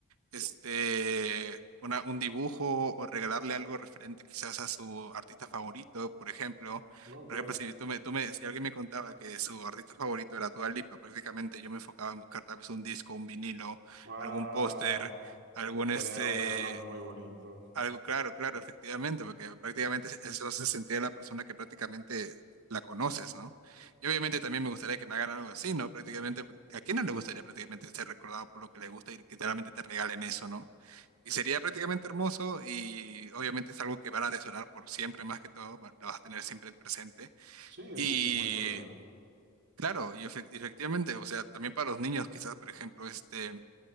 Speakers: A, on the right (about 70°); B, on the right (about 55°).
A: este, una- un dibujo o regalarle algo referente quizás a su artista favorito, por ejemplo.
B: no, claro.
A: Por ejemplo, si tú me, tú me, si alguien me contaba que su artista favorito era Dua Lipa, prácticamente yo me enfocaba en buscar tal vez un disco, un vinilo,
B: Ah,
A: algún póster, algún
B: sería
A: este,
B: un regalo muy bonito.
A: algo claro, claro, efectivamente, porque prácticamente eso se sentía la persona que prácticamente la conoces, ¿no? Y obviamente también me gustaría que me hagan algo así, ¿no? Prácticamente, ¿a quién no le gustaría prácticamente ser recordado por lo que le gusta y que realmente te regalen eso, ¿no? Y sería prácticamente hermoso y obviamente es algo que van a atesorar por siempre, más que todo, va- lo vas a tener siempre presente.
B: Sí, es
A: Y
B: un bonito regalo.
A: claro, y efe- efectivamente, o sea, también para los niños quizás, por ejemplo, este...